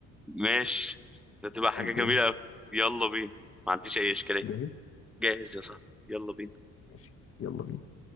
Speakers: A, in the centre; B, on the left (about 40°).
A: ماشي هتبقى حاجه
B: ألبوم
A: جميله قوي يلا بينا ما عنديش اي اشكاليه
B: جاهز
A: جاهز يا صاحبي يلا بينا
B: ماشي يلا بينا